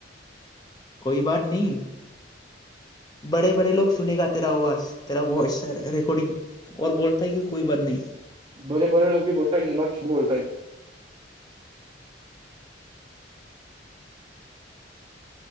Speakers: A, on the left; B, on the right.
A: कइ बाद नाहि बारे बारे ल सनेगा तेरा आवाज तेरा भइस रकर्डिं अर बलथा हैइ कि कइ बाद नाहि
B: बोर बोर लग बलथाहै निउ माक्स बलता है